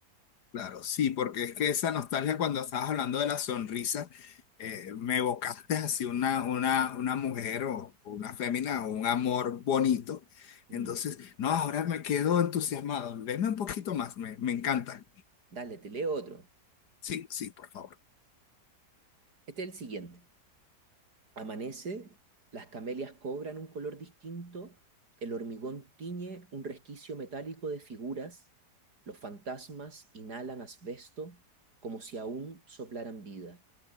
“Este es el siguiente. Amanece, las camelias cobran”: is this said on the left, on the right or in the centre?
Right